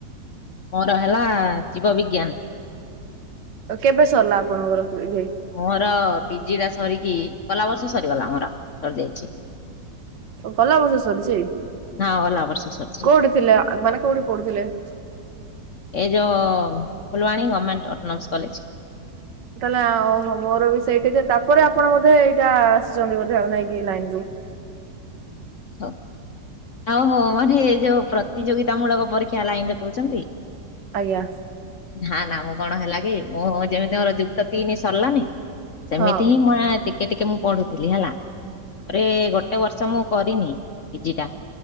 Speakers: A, on the left; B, on the right.
A: ମୋର ହେଲା ଜୀବବିଜ୍ଞାନ।
B: ଆଉ କେବେ ସରିଲା ଆପଣଙ୍କର ଇ
A: ମୋର ପିଜି ଟା ସରିକି ଗଲା ବର୍ଷ ସରିଗଲା ମୋର ସରି ଯାଇଛି।
B: ଗଲା ବର୍ଷ ସରିଛି
A: ହଁ ଗଲା ବର୍ଷ ସରିଛି
B: କୋଉଠି ଥିଲେ ମାନେ କୋଉଠି ପଢୁଥିଲେ।
A: ଏ ଯେୋଁ ଫୁଲବାଣୀ ଗଭର୍ଣ୍ଣମେଣ୍ଟ ଅଟୋନମସ୍ କଲେଜ।
B: ତାହେଲେ ମୋର ବି ସେଇଠିକି ତାପରେ ଆପଣ ବୋଧେ ଏଇଟା ଆସିଛନ୍ତି ବୋଧେ ନାଇଁକ ଲାଇନ ରୁ?
A: ହ ଆଉ ହଉ ମାନେ ଏ ଯୋଉ ପ୍ରତିଯୋଗିତା ମୂଳକ ପରୀକ୍ଷା ହେଲା ଏ ମିତିରେ କହୁଛନ୍ତି।
B: ଆଜ୍ଞା।
A: ନା ନା ମୁଁ କଣ ହେଲା କି ମୁଁ ଯେମିତି ମୋର ଯୁକ୍ତ ତିନି ସରିଲାନି। ସେମିତି
B: ହଁ
A: ହିଁ ମୁ ଟିକେ ଟିକେ ମୁଁ ପଢୁଥିଲି ହେଲା ଆରେ ଗୋଟେ ବର୍ଷ ମୁଁ କରିନି ପିଜି ଟା?